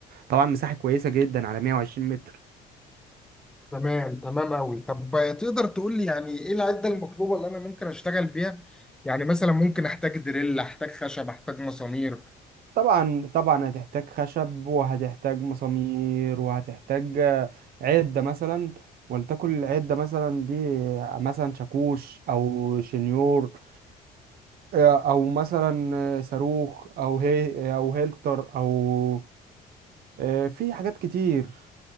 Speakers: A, on the right (about 65°); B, in the centre.
A: طبعا مساحه كويسه جدا على 120 متر
B: تمام تمام أوي طب آه، تقدر تقول لي يعني إيه العدة المطلوبة اللي أنا ممكن أشتغل بيها يعني مثلا ممكن أحتاج دريل أحتاج خشب أحتاج مسامير
A: طبعا طبعا هتحتاج خشب وهتحتاج مسامير وهتحتاج آه، عدة مثلا ولتكن العدة مثلا دي مثلا شاكوش او شنيور آه، او مثلا آه، صاروخ او هي او هيلتر او آه، في حاجات كتير